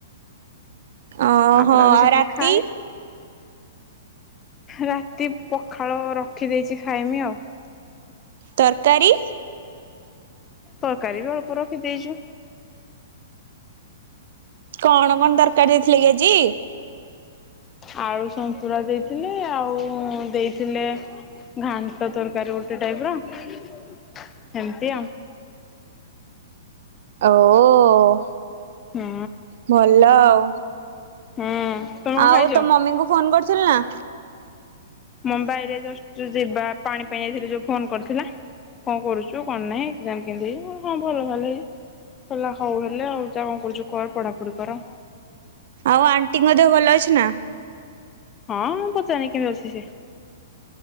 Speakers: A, on the right; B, on the left.
A: ଓହୋ
B: ଆ ପରେ ଆଉ କିଛି ନିଏ
A: ରାତି
B: ଖାଏ। ରାତି ପଖାଳ ରଖିଦେଇଚି ଖାଇମି ଆଉ।
A: ତରକାରୀ।
B: ତରକାରୀ ବି ଅଳ୍ପ ରଖିଦେଇଚୁ।
A: କଣ କଣ ତରକାରୀ ଦେଇଥିଲେ କି ଆଜି।
B: ଆଳୁ ସନ୍ତୁଳା ଦେଇଥିଲେ ଆଉ ଦେଇଥିଲେ। ଘାଣ୍ଟ ତରକାରୀ ଗୋଟେ ଟାଇପର ଏମିତି ଆଉ।
A: ଆ ଓ
B: ହୁଁ
A: ଭଲ ଆଉ।
B: ହୁଁ। ତମେ କଣ
A: ଆଉ
B: ଖାଇଛ?
A: ତୋ ମମିଙ୍କୁ ଫୋନ କରୁଥୁଲୁ ନା।
B: ମୁମ୍ବାଇ ରେ ଯୋ ଯିବା ପାଣି ପାଇଁ ଯାଇଥିଲି ଯୋଉ ଫୋନ କରିଥିଲା। କଣ କରୁଛୁ କଣ ନାହିଁ ଏଜାମ କି ହଁ ଭଲ ଭାଲି। କିଲ ହଉଲେ ଆଉ ଯାହା କଣ କରୁଛୁ କର ପଢାପଢି କର।
A: ଆଉ ଆଣ୍ଟିଙ୍କ ଦେହ ଭଲ ଅଛି ନା?
B: ହଁ ମୁଁ ପଚାରି କେମିତି ଅଛି ସେ।